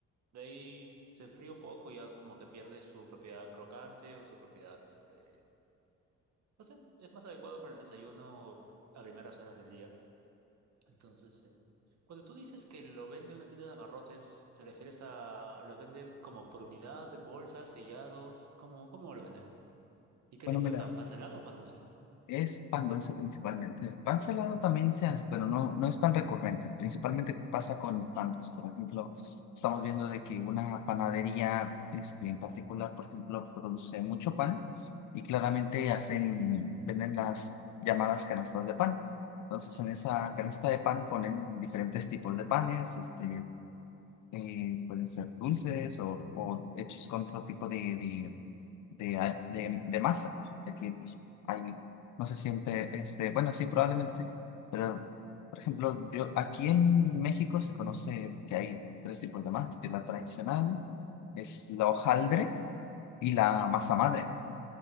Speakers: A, on the right; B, on the left.
A: de ahí se enfría un poco y ya como que pierde su propiedad crocante o su propiedad, este, no sé, es más adecuado para el desayuno a primeras horas del día. Entonces, eh, cuando tú dices que lo vende una tienda de abarrotes, ¿te refieres a los venden como por unidad, en bolsas, sellados? ¿Cómo, cómo lo venden? ¿Y qué
B: Bueno,
A: tipo
B: mira.
A: de pan? ¿Pan salado o pan dulce?
B: Es pan dulce principalmente. El pan salado también se hace, pero no, no es tan recurrente. Principalmente pasa con el pan dulce. Por ejemplo, estamos
A: Ah,
B: viendo de que una panadería este, en particular, por ejemplo, produce mucho pan y claramente hacen, venden las llamadas canastas de pan. Entonces,
A: sí,
B: en esa canasta de pan ponen diferentes tipos de panes, este, eh, pueden ser dulces o, o hechos con otro tipo de de, a- de, de masa. Es decir, pues, hay, no sé, siempre, este, bueno, sí, probablemente sí, pero, por ejemplo, yo, aquí en México se conoce que hay tres tipos de masas, que la tradicional es la hojaldre y la masa madre.